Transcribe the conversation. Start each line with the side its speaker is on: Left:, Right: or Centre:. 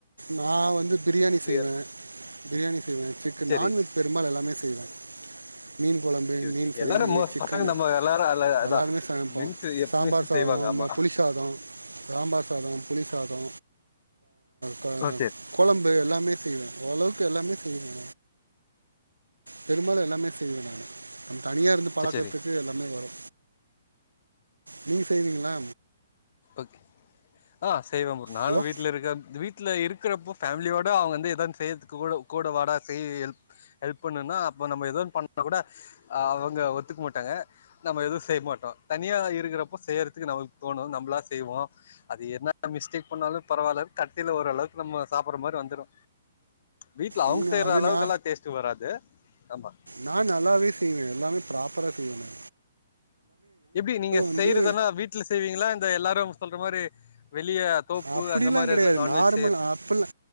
Right: நா வந்து பிரியாணி செய்வே
Left: இரு
Right: பிரியாணி செய்வே சிக்கன்
Left: சரி
Right: நான்வெஜ் பெரும்பாலு எல்லாமே செய் வே மீன் கொழம்பு
Left: ஓகே ஓகே
Right: மீன் ஃப்ரையி
Left: எல்லாரு மோ
Right: சிக்கனு
Left: பசங்க நம்ம எல்லாரு அதா
Right: எல்லாருமே சமப்போ
Left: மீன்ஸ் எப்பவுமே
Right: சாம்பார் சாதம்
Left: செய்வாங்க ஆமா
Right: புளி சாதோ சாம்பார் சாதோ புளி சாதோ க
Left: ஓகே
Right: கொழம்பு எல்லாமே செய்வே ஓரளவுக்கு எல்லாமே செய்வே பெரும்பாலு எல்லாமே செய்வே நானு நம்ப தனியா இருந்து பழகற்துக்கு
Left: சரி சரி சரி,
Right: எல்லாமே வரு நீங்க செய்வீங்ளா
Left: ஓகே ஆ செய்வே ப்ரோ நானு
Right: ஹலோ
Left: வீட்ல இருக்கே இந்த வீட்ல இருக்குறப்போ ஃபேமிலியோட அவங்க வந்து எதான்னு செய்துக்கு குட கூட வாடா செய் ஹெல் ஹெல்ப் பண்ணு னா அப்ப நம்ப எதோன் பண்ணா குட அவங்க ஒத்துக்க மாட்டாங்க நம்ப எதுவு செய் மாட்டோ தனியா இருக்குறப்போ செய்றதுக்கு நமக்கு தோனு நம்ளா செய்வோ அது என்ன மிஸ்டேக் பண்ணாலு பரவால கத்தில ஓரளவுக்கு நம்ப சாப்பர்ற மாரி வந்துரு வீட்ல அவங்க
Right: உண்மையா
Left: செய்யற
Right: அது
Left: அளவுக்கெல்லா
Right: நா
Left: டேஸ்ட்டு வராது ஆமா
Right: நா நல்லாவே செய்வே எல்லாமே ப்ராப்பரா செய்வே நா
Left: எப்டி நீங்க
Right: வந்து
Left: செய்றதெல்லா வீட்ல செய்வீங்களா இந்த எல்லாரு சொல்ற மாரி வெளிய தோப்பு
Right: அப்டிலா
Left: அந்த மாரி
Right: கெடையாது
Left: எடத்துல நான்வெஜ்
Right: நார்மல்
Left: செய்ற
Right: அப்பிலா